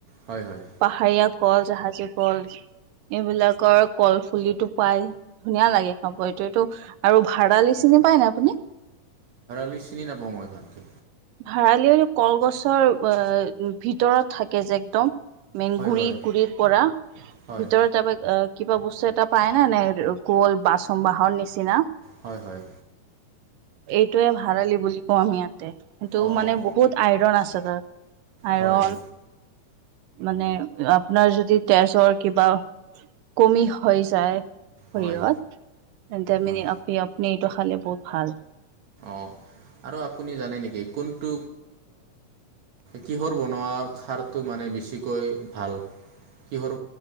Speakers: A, on the right; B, on the right.
A: হয় হয়
B: পাহাৰ ইয়াত কল যাহাজি যে কল এইবিলাকৰ কলফুলিটো পাই ধুনীয়া লাগে খাব এইটো এইটো আৰু ভাডডালিচি চিনি পায় ন আপুনি
A: লৈ চিনি নাপাওঁই ভালকে
B: ভাৰালি কলগছৰ ভিতৰত থাকে যে একদম মেইন
A: হয়
B: গুৰিৰ
A: হয়
B: গুৰিৰ পৰা
A: হয়
B: ভিতৰত তাৰপা কিবা বস্তু এটা পাই ন নাই ক'ল বাচন বাহৰ নিচিনা
A: হয় হয়।
B: এইটোয়ে ভাৰালি বুলি কওঁ আমি ইয়াতে কিন্তু
A: অঁ
B: মানে বহুত আইৰন আছে আইৰন
A: হয় হয়
B: মানে আপোনাৰ যদি তেজৰ কিবা কমি হৈ যায়। শৰীৰত,
A: হয়
B: তেন্তে
A: হয়
B: আপ আপুনি এইটো খালে বহুত ভাল।
A: অঁ আৰু আপুনি জানে নেকি কোনটো কিহৰ বনোৱা খাৰ মানে বেছিকৈ ভাল কিহৰ